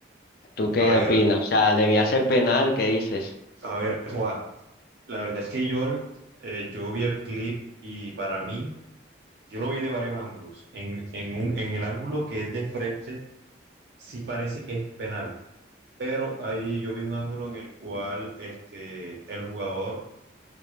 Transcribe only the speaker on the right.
A ver,
a ver, Juan, la verdad es que yo, eh, yo vi el clip y para mí, yo lo vi de varios ángulos. En, en, un, en el ángulo que es de frente, sí parece que es penal pero ahí yo vi un ángulo en el cual este, el jugador